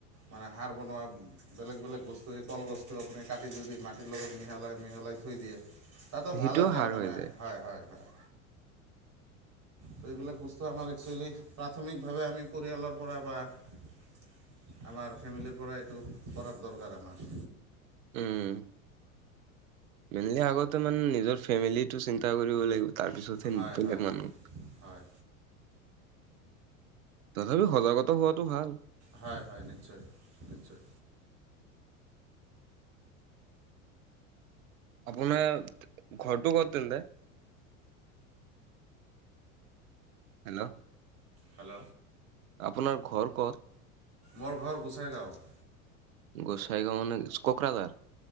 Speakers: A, on the right; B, on the right.
A: মানে <inaudible> সাৰ বনোৱা বেলেগ-বেলেগ বস্তু এই কলগছটো আপুনি কাটি যদি মাটিৰ লগত মিহলাই-মিহলাই থৈ দিয়ে। তাতো
B: সেইটোও
A: ভাল এটা
B: সাৰ
A: মানে
B: হৈ যায়
A: হয়-হয়-হয়। ত' এইবিলাক বস্তু আমাৰ একচুৱেলি প্ৰাথমিকভাৱে আমি পৰিয়ালৰ পৰা বা। আমাৰ ফেমিলিৰ পৰা এইটো কৰাৰ দৰকাৰ আমাৰ।
B: উম। মেইনলি আগতে মানে নিজৰ ফেমিলিটো চিন্তা কৰিব লাগিব। তাৰপিছত হেন
A: হয়
B: বেলেগ
A: হয়
B: মানুহ।
A: হয়
B: তথাপি সজাগতা হোৱাতটো ভাল।
A: হয়-হয়, নিশ্চয়-নিশ্চয়।
B: আপোনাৰ ঘৰটো কত তেন্তে। হেল্ল'।
A: হেল্ল'।
B: আপোনাৰ ঘৰ ক'ত?
A: মোৰ ঘৰ গোসাইগাঁও <inaudible>
B: গোসাইগাঁও মানে কোকৰাঝাৰ